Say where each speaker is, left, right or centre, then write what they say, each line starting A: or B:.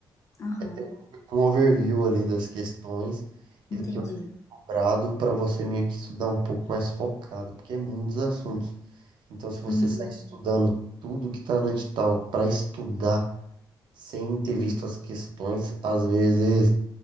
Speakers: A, on the left (about 40°); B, on the right (about 70°).
A: aham,
B: É ter um, um overview ali das questões e
A: entendi.
B: do que é cobrado para você meio que estudar um pouco mais focado, porque é muitos assuntos. Então, se você
A: Uhum,
B: sai estudando tudo que está no edital para estudar sem ter visto as questões, às vezes